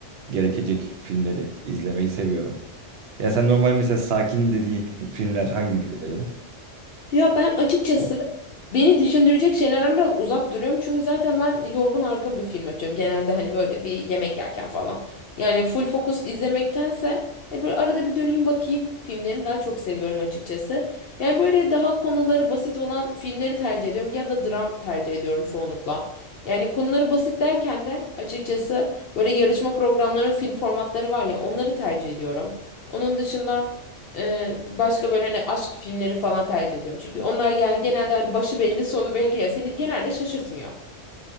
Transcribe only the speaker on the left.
Ya ben açıkçası
Beni düşündürecek şeylerden biraz uzak duruyorum. Çünkü zaten ben yorgun argın bir film açıyorum. Genelde hani böyle bir yemek yerken falan. Yani full fokus izlemektense hani böyle arada bir döneyim bakayım. Filmlerini daha çok seviyorum açıkçası. Yani böyle daha konuları basit olan filmleri tercih ediyorum ya da dram tercih ediyorum çoğunlukla. Yani konuları basit derken de açıkçası böyle yarışma programlarının film formatları var ya onları tercih ediyorum. Onun dışında ee, başka böyle hani aşk filmleri falan tercih ediyorum. Çünkü onlar yani genelde hani başı belli sonu belli ya. Seni genelde şaşırtmıyor.